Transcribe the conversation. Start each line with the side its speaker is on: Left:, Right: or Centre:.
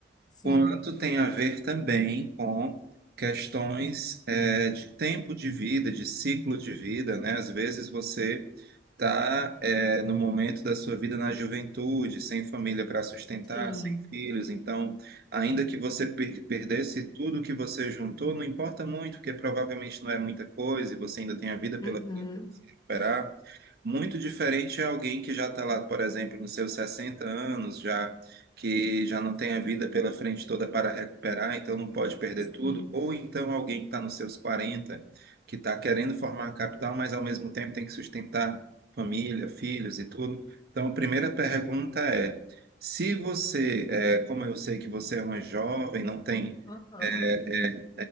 Left: Sim,
Right: quanto tem a ver também com questões eh, de tempo de vida, de ciclo de vida, né? Às vezes você está no momento da sua vida na juventude, sem família para sustentar,
Left: sim,
Right: sem filhos, então, ainda que você per perdesse tudo que você juntou, não importa muito, porque provavelmente não é muita coisa e você ainda tem a vida pela
Left: uhum,
Right: recuperar. Muito diferente é alguém que já está lá, por exemplo, nos seus 60 anos, já que já não tem a vida pela frente toda para recuperar, então não pode perder
Left: sim,
Right: tudo. Ou então alguém que está nos seus 40 que está querendo formar a capital, mas ao mesmo tempo tem que sustentar família, filhos e tudo. Então, a primeira pergunta é: se você, eh, como eu sei que você é uma jovem, não tem
Left: Aham.
Right: é,